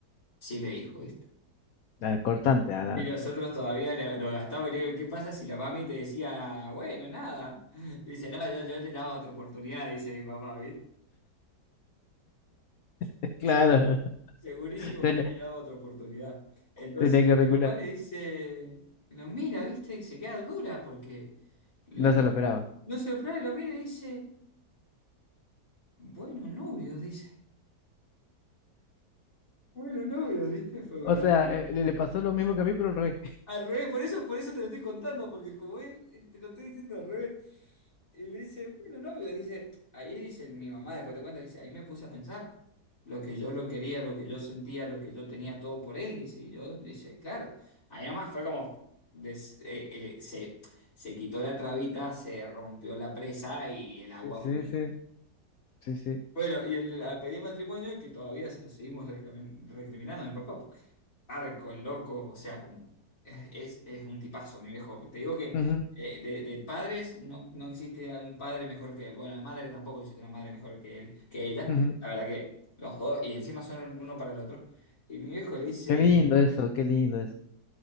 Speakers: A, on the left; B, on the left.
A: Así le dijo, ¿viste?
B: Ah, cortante, ah, la-
A: Y nosotros todavía le- lo gastamos y le digo, ¿qué pasa si la mami te decía, bueno, nada? <laughs> Dice, no, yo, yo le daba otra oportunidad, dice mi papá,
B: <laughs>
A: ¿viste?
B: Claro,
A: Segurísimo
B: ten-
A: que yo le daba otra oportunidad. Entonces
B: tenía que recular.
A: mi mamá le dice, lo mira, ¿viste? Y se queda dura porque la-
B: No se lo esperaba.
A: no se lo prueba, y lo mira y dice, bueno, novios, dice. Bueno, novios, ¿viste? Fue una,
B: O sea,
A: una-
B: eh, le, le pasó lo mismo que a mí, pero al revés.
A: Al revés, por eso, por eso te lo estoy contando, porque como él, eh, te lo estoy diciendo al revés. Y le dice, bueno, novios, dice, ahí dice mi mamá, después te cuenta, dice, ahí me puse a pensar lo que yo lo quería, lo que yo sentía, lo que yo tenía todo por él, dice, y yo, dice, claro, ahí nomás fue como, des- eh, eh, se, se quitó la trabita, se rompió la presa y el agua
B: Sí, sí,
A: fluyó.
B: sí, sí, sí.
A: Bueno, y el, la pedida de matrimonio que todavía se lo seguimos reclamen- recriminando a mi papá, porque arco, el loco, o sea, como es, es, es un tipazo, mi viejo. Te digo que
B: Ujú,
A: eh, de, de padres no, no existe algún padre mejor que él. Bueno, de madre tampoco existe una madre mejor que él, que ella.
B: ujú.
A: La verdad que los dos, y encima son el uno para el otro. Y mi viejo le dice,
B: Qué lindo eso, qué lindo eso.